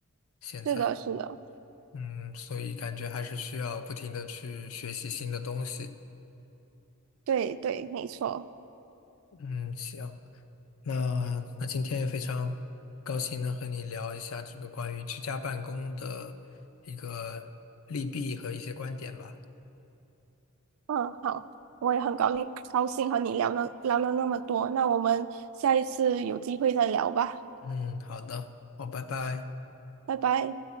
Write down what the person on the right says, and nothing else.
是的，是的，
对对，没错。
嗯，好，我也很高兴高兴和你聊了聊了那么多，那我们下一次有机会再聊吧，
拜拜。